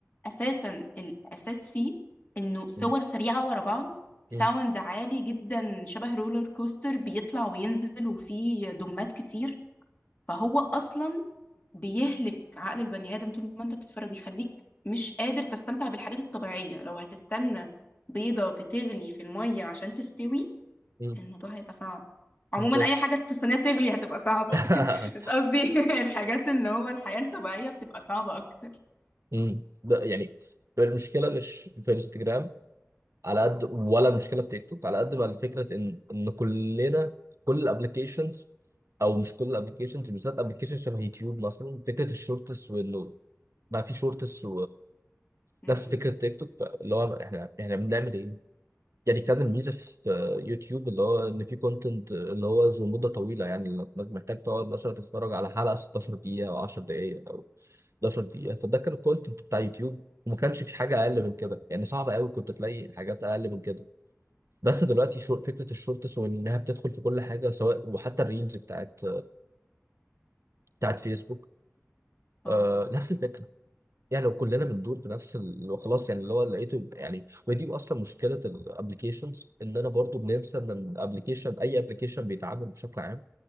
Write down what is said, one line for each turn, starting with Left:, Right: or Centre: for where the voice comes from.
Left: أساسا الأساس فيه إنه صور
Right: م-
Left: سريعة ورا بعض ساوند
Right: م-
Left: عالي جدا شبه رولر كوستر بيطلع وينزل وفيه دمات كتير فهو اصلا بيهلك عقل البني آدم طول ما انت بتتفرج بيخليك مش قادر تستمتع بالحاجات الطبيعية لو هتستنى بيضة بتغلي في المية عشان تستوي
Right: م-
Left: الموضوع هيبقى صعب عموما
Right: بالظبط
Left: اي حاجة تستناها تغلي هتبقى صعبة
Right: <laughs>
Left: <laughs> بس قصدي <laughs> الحاجات اللي هو الحياة الطبيعية بتبقى صعبة اكتر
Right: م. ده يعني المشكله مش في انستجرام على قد ولا المشكله في تيك توك على قد ما الفكره ان ان كلنا كل الابلكيشنز او مش كل الابلكيشنز بالذات ابلكيشن شبه يوتيوب مثلا فكره الشورتس وانه بقى في شورتس
Left: امم
Right: نفس فكره تيك توك فاللي هو احنا احنا بنعمل ايه؟ يعني كان الميزه في يوتيوب اللي هو ان في كونتنت اللي هو ذو مده طويله يعني انك محتاج تقعد مثلا تتفرج على حلقه 16 دقيقه او 10 دقائق او 11 دقيقه فده كان الكونتنت بتاع يوتيوب وما كانش في حاجه اقل من كده يعني صعب قوي كنت تلاقي حاجات اقل من كده بس دلوقتي شو فكره الشورتس وانها بتدخل في كل حاجه سواء وحتى الريلز بتاعت بتاعت فيسبوك
Left: اه
Right: آه نفس الفكره يعني لو كلنا بندور في نفس ال... خلاص يعني اللي هو لقيته يعني ودي اصلا مشكله الابلكيشنز ان انا برضو بننسى ان الابلكيشن اي ابلكيشن بيتعامل بشكل عام